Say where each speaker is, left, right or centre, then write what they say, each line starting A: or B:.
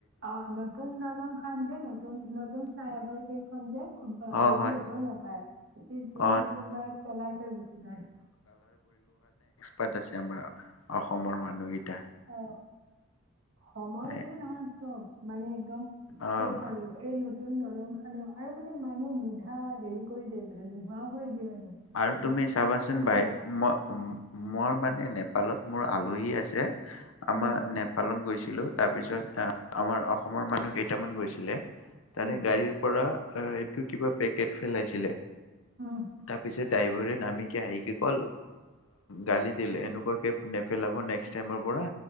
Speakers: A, on the right; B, on the left.
A: অ', নতুন দলং খন', যে নত নতুন নতুন ফ্লাই অভাৰ কেইখন যে উ্ভ
B: অ
A: হেৰি
B: হয়
A: হবই নাপায়, পিছদিনাই
B: অ
A: কোনোবাই পেলাই থৈ গুচি যায়।
B: পাতে আছে আমাৰ অসমৰ মানুহকেই
A: অহ। সময় বুলি
B: এ,
A: নহয়, চব মানে একদম
B: অ
A: সেই খাৰু, এই ন নতুন দলং খানো আৰু মানে মানুহ মুধা হেৰি কৰি দিয়ে বোলে নোহোৱা কৰি দিয়ে মানে।
B: আৰু
A: য'তে
B: তুমি চাবাচোন
A: ত'তে
B: বাই ম মই মানে এ নেপালত মোৰ আলহী আছে আমাৰ
A: উম
B: নেপালত গৈছ ছিলো তাৰপিছত আহ আমাৰ অসমৰ মানুহ কেইটামান গৈছিলে
A: উম
B: তাৰে গাড়ীৰ পৰা অ এইটো কিবা পেকেট ফেলাইছিলে।
A: হম।
B: তাৰপিছে ড্ৰাইভাৰে নাম আহিকে কল, গালি দিলে এনেকুৱা কে নেপেলাব নেকষ্ট টাইৰ পৰা।